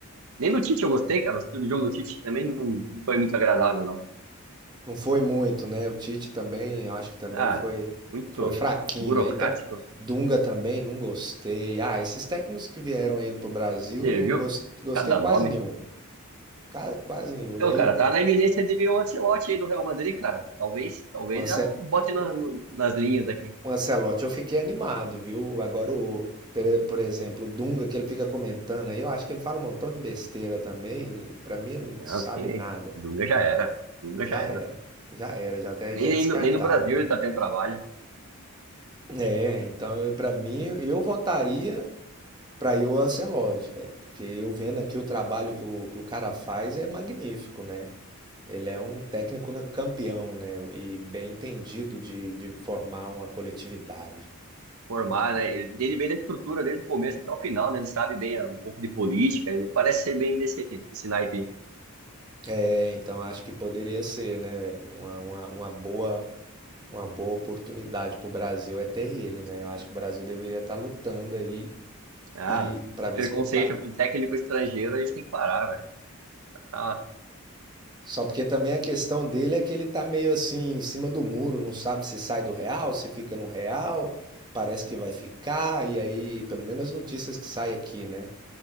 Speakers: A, on the right; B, on the right.
A: Nem do Tite eu gostei, cara, o estilo de jogo do Tite também não, não foi muito agradável, não.
B: Não foi muito, né? O Tite também, eu acho que também
A: Ah,
B: foi,
A: muito
B: foi fraquinho.
A: burocrático.
B: E aí, tá- Dunga também, não gostei. Ah, esses técnicos que vieram aí pro Brasil,
A: Você
B: não
A: viu?
B: gos- gostei
A: Cada
B: quase
A: nome.
B: nenhum. Ca- Quase nenhum.
A: Então,
B: E aí,
A: cara,
B: o
A: tá na iminência de vir o Ancelotti aí do Real Madrid, cara. Talvez, talvez
B: o Ance-
A: já bote na- no- nas linhas aqui.
B: o Ancelotti, eu fiquei animado, viu? Agora, o, pere- por exemplo, o Dunga, que ele fica comentando aí, eu acho que ele fala um montão de besteira também. e Pra mim, ele não
A: Não,
B: sabe
A: quem?
B: nada.
A: Dunga já era. Dunga
B: Já
A: já era.
B: era. Já era, já até
A: Nem,
B: já é
A: nem,
B: descartado.
A: no, nem no Brasil ele está tendo trabalho
B: É, então, eu- pra mim, eu votaria. Pra eu, o Ancelotti, velho. Porque eu vendo aqui o trabalho que o, que o cara faz é magnífico, né? Ele é um técnico campeão, né? E bem entendido de, de formar uma coletividade.
A: formar, né? Ele entende bem da estrutura desde o começo até o final, né? Ele sabe bem ah, um pouco de política, ele parece ser bem desse, desse naipe.
B: É, então acho que poderia ser, né? velho? Uma, uma, uma boa, uma boa oportunidade pro Brasil é ter ele, né?
A: Sim.
B: Eu acho que o Brasil deveria estar lutando aí
A: Ah,
B: e para
A: esse
B: ver
A: preconceito
B: se contrata
A: com técnico estrangeiro a gente tem que parar, velho. Tá,
B: Só porque também a questão dele é que ele tá meio assim, em cima do muro, não sabe se sai do real, se fica no real, parece que vai ficar, e aí, pelo menos as notícias que saem aqui, né?